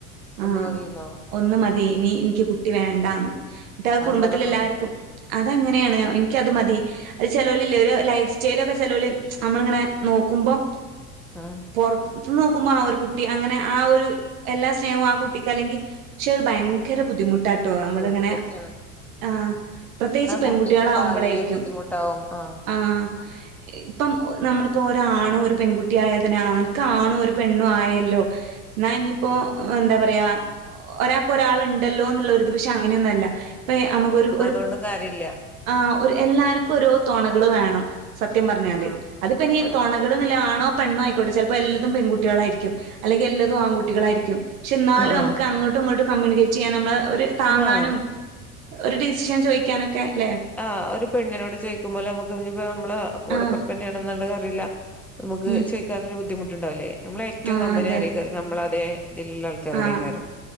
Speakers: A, on the right (about 70°); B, in the centre.
A: ആ
B: ഒന്ന് മതിന്നോ
A: ഒന്ന്
B: ആഹ്
A: മതി ഇനി എനിക്ക് കുട്ടി വേണ്ടാന്ന് എന്നിട്ട് ആ
B: അതെന്താണാവോ
A: കുടുംബത്തില് എല്ലാവർക്കും
B: അങ്ങനെ
A: അതങ്ങനെയാണ് എനിക്കത് മതി അത് ചെലോലില്ലേ ഒരു ലൈഫ് സ്റ്റൈലൊക്കെ ചെലോല് നമ്മളിങ്ങനെ നോക്കുമ്പോൾ
B: ഉം
A: പുറത്ത് നിന്ന് നോക്കുമ്പോ ആ ഒരു കുട്ടി അങ്ങനെ ആ ഒരു എല്ലാ സ്നേഹവും ആ കുട്ടിക്ക് അല്ലെങ്കിൽ പക്ഷെ അത് ഭയങ്കര ബുദ്ധിമുട്ട് ട്ടാട്ടോ നമ്മളിങ്ങനെ
B: ബുദ്ധിമുട്ട് സത്യാണ്
A: ആ പ്രത്യേകിച്ച് പെൺകുട്ടികളാവുമ്പോളായിരിക്കും
B: കുട്ടിക്കും ഭാവിയില് ബുദ്ധിമുട്ടാവും ട്ടാവും ആ
A: ആഹ് ഇപ്പം നമ്മളിപ്പോ ഒരാണും ഒരു പെൺകുട്ടിയും ആയാ തന്നെ അനക്ക് ആണും ഒരു പെണ്ണും ആയല്ലോ എന്നാ ഇനിയിപ്പോൾ എന്താ പറയുക ഒരാൾക്ക് ഒരാൾ ഉണ്ടല്ലോ എന്നുള്ളൊരു ഇത് പക്ഷെ അങ്ങനെയൊന്നും അല്ല ഇപ്പ നമുക്കൊരു
B: അതുകൊണ്ടും കാര്യല്ല
A: ആ ഒരു എല്ലാർക്കും ഓരോ തൊണകള് വേണം സത്യം പറഞ്ഞാല്
B: ആഹ്
A: അതിപ്പനി
B: ആഹ്
A: തുണകൾ
B: വേണം
A: എന്നുള്ളത് ആണോ പെണ്ണോ ആയിക്കോട്ടെ ചിലപ്പോ എല്ലതും പെൺകുട്ടികളായിരിക്കും അല്ലെങ്കി എല്ലാതും ആൺകുട്ടികളായിരിക്കും പക്ഷെ എന്നാലും
B: ആഹ്
A: നമുക്ക് അങ്ങോട്ടും ഇങ്ങോും കമ്മ്യൂണിക്കേറ്റ് ചെയ്യൻ നമ്മൾ ഒരു, താങ്ങാനും
B: ആഹ്
A: ഒരു ഡിസിഷൻ ചോദിക്കാനൊക്കെ അല്ലെ,
B: ആഒരു പെണ്ണിനോട് ചോദിക്കുമ്പോലെ നമുക്ക് ഇനിപ്പ നമ്മള് കൂടപ്പൊറപ്പ്‌
A: ആഹ്
B: തന്നെയാണെന്നറിയില്ല നമുക്ക്
A: ഉം
B: ചോദിക്കാനൊരു ബുദ്ധി മുട്ടുണ്ടാവില്ലേ നമ്മളെ ഏറ്റവും
A: ആഹ്
B: കമ്പനി
A: അതെ
B: ആരായിക്കാറ് നമ്മളതെ ഇതിലുള്ള ആൾക്കാരോടയ്കാരം
A: ആഹ്